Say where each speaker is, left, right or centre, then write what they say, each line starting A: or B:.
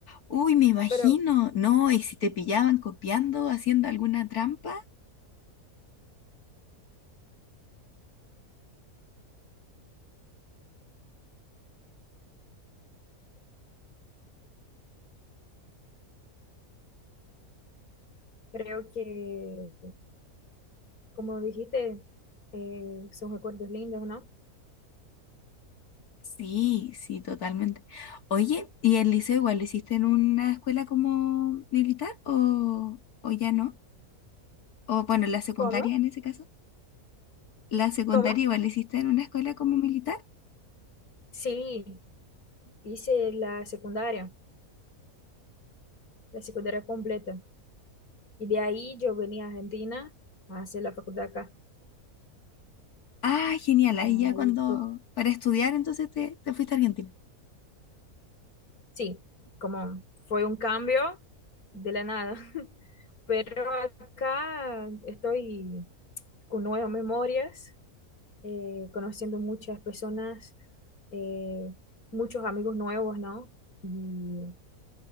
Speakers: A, on the left; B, on the left.
A: Uy, me imagino.
B: Pero
A: No, y si te pillaban copiando, haciendo alguna trampa.
B: creo que, como dijiste, eh, son recuerdos lindos, ¿no?
A: Sí, sí, totalmente. Oye, ¿y el liceo igual lo hiciste en una escuela como militar o, o ya no? O bueno, la secundaria
B: ¿Cómo?
A: en ese caso. ¿La secundaria
B: ¿Cómo?
A: igual la hiciste en una escuela como militar?
B: Sí, hice la secundaria. la secundaria completa. Y de ahí yo venía a Argentina a hacer la facultad acá.
A: Ah, genial.
B: Ahí
A: Ahí ya cuando,
B: fue,
A: para estudiar entonces te, te fuiste a Argentina.
B: sí, como fue un cambio de la nada. <laughs> Pero acá estoy con nuevas memorias, eh, conociendo muchas personas, eh, muchos amigos nuevos, ¿no? Y,